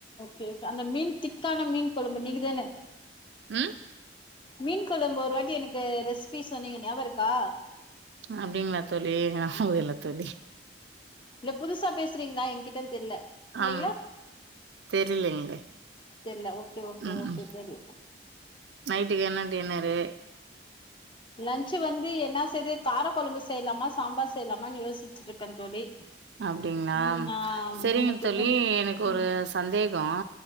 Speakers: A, on the left; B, on the right.
A: கே அந்த மீன் திக்கான மீன் கொழம்பு நீங்க தான
B: ம்
A: மீன் கொழம்பு ஒரு வாட் டி எனக்கு ரெசிபி சொன்னீங்க நியாபகோ இருக்கா
B: அப்டிங்ளா தோழி நியாவகோ இல்ல தோழி
A: இல்ல புதுசா பேசுறீங் லா என்கிட்டன் தெர்ல இல்லைங்ளா
B: ஆம் தெரிலங்களே
A: தெர்ல ஓகே ஓகே
B: ம்
A: ஓகே
B: ம்
A: தோழி
B: நைட்டுக்கு என்ன டின்னரு
A: லன்ச்சு வந்து என்னா செய்தெ காரக்கொழம்பு செய்லாமா சாம்பார் செய்லாமான் யோசிச்சுட்டிருக்கன் தோழி
B: அப்டிங்களா
A: ம் நா
B: சரிங்க
A: முன்னக்கூட்ட
B: தோழி எனக்கு
A: ம்
B: ஒரு சந்தேகம்